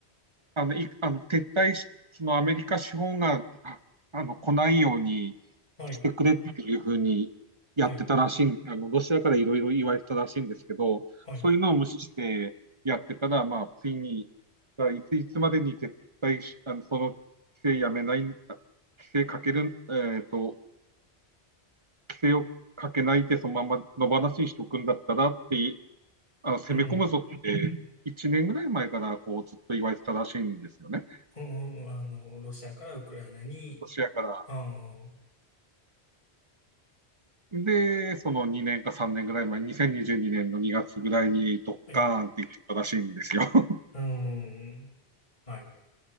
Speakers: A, on the right; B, on the left.
A: あの、い、あの、撤退し、そのアメリカ資本が、ああの、来ないように
B: はい、
A: してくれっていうふうにやってたらしいん、
B: はい、
A: あの、ロシアからいろいろ言われてたらしいんですけど、
B: はい。
A: そういうのを無視してやってたら、まあ、ついに、だからいついつまでに撤退し、あの、その規制やめない、あ規制かける、えっと、規制をかけないでそのまま野放しにしておくんだったらって、あの、攻め込むぞって、
B: うん、
A: 1年ぐらい前からこうずっと言われてたらしいんですよね。
B: うん、うんあの、ロシアからウクライナに、
A: ロシアから
B: ああ、は
A: で、その2年か3年ぐらい前、2022年の2月ぐらいにドッカーンって言ってたらしいんですよ。
B: い、
A: <laughs>
B: うん、はい。